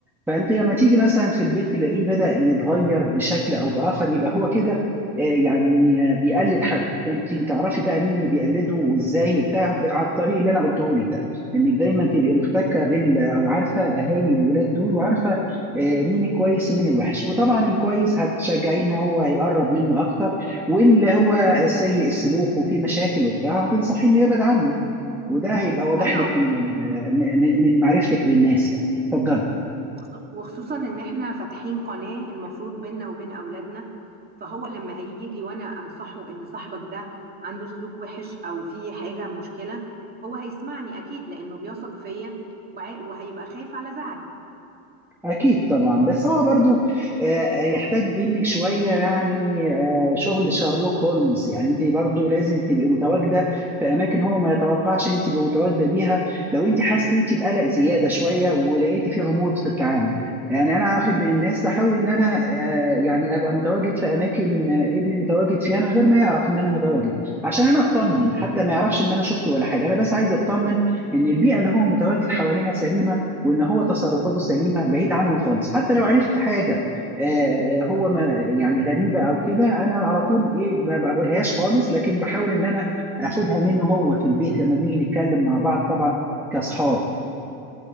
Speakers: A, in the centre; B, on the right (about 20°).
A: فانت لما تيجي مثلا في البيت تلاقيه بدأ يتغير بشكل او بآخر يبقى هو كده آه يعني آه بيقلد حد فانت تعرفي بقى مين اللي بيقلده وازاي وبتاع ب- على الطريق اللي انا قلته لك ده انك دايما تبقي محتكه بال او عارفه اهالي الولاد دول وعارفه آه، مين الكويس ومين الوحش وطبعا الكويس هتشجعيه ان هو يقرب منه اكتر واللي هو سيء السلوك وفيه مشاكل وبتاع هتنصحيه انه يبعد عنه وده هيبقى واضح
B: ايوه
A: لك من ال- من من- من معرفتك بالناس يعني اتفضلي
B: وخصو- وخصوصا ان احنا فاتحين قناة المفروض بيننا وبين اولادنا فهو لما هيجي وانا انصحه ان صاحبك ده عنده سلوك وحش او في حاجة مشكلة هو هيسمعني اكيد لانه بيثق فيا وع- وهيبقى خايف على زعلي
A: أكيد طبعا بس هو برضو آه، هيحتاج منك شوية يعني آه، شغل شارلوك هولمز يعني أنت برضو لازم تبقي متواجدة في أماكن هو ما يتوقعش أنت تبقي متواجدة بيها لو أنت حسيتي بقلق زيادة شوية ولقيتي فيه غموض في التعامل يعني أنا واحد من الناس بحاول إن أنا آه، يعني أبقى متواجد في أماكن آه، ابني متواجد فيها من غير ما يعرف إن أنا متواجد عشان أنا أطمن حتى ما يعرفش إن أنا شفته ولا حاجة أنا بس عايز أطمن إن البيئة اللي هو متواجد حواليها سليمة وان هو تصرفاته سليمه بعيد عنه خالص حتى لو عرفت حاجه آه، آه، هو ما يعني غريبه او كده انا على طول ايه ما ما بقولهاش خالص لكن بحاول ان انا اخدها منه هو في البيت لما بنيجي نتكلم مع بعض طبعا كاصحاب